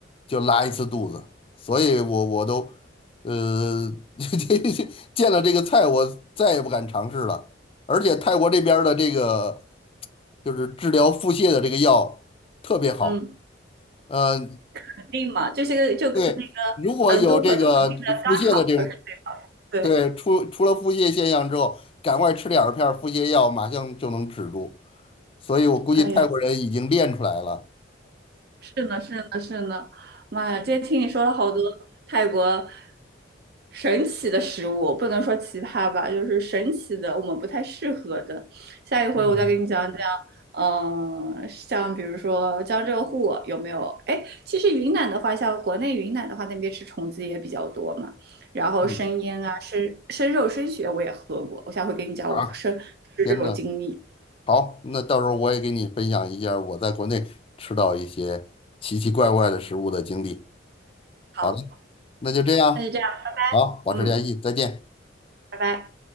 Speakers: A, on the left; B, on the right.
A: 就拉一次肚子，所以我我都呃 <laughs> 见了这个菜我再也不敢尝试了。而且泰国这边儿的这个就是治疗腹泻的这个药特别好。
B: 嗯，
A: 呃，
B: 肯定嘛，这些个就跟那个成都和重庆的肛肠科是对。
A: 对，如果有这个腹泻的这种，对，
B: 不对，
A: 出出了腹泻现象之后，赶快吃两片儿腹泻药，马上就能止住。所以我估计泰国人已经练出来了。
B: 哎呀。是呢，是呢，是呢，妈呀！今天听你说了好多泰国神奇的食物，不能说奇葩吧，就是神奇的，我们不太适合的。下一回我再给你讲讲，
A: 嗯
B: 嗯、呃像比如说江浙沪有没有？哎，其实云南的话，像国内云南的话，那边吃虫子也比较多嘛。然后生腌啊，
A: 嗯，
B: 生生肉、生血我也喝过，我下回给你讲我生吃这种经历。
A: 啊，天呐，好，那到时候我也给你分享一下我在国内吃到一些奇奇怪怪的食物的经历。
B: 好，
A: 好的，那就这样，
B: 那就这样，
A: 好，保持联系，
B: 嗯，
A: 再见。
B: 拜拜。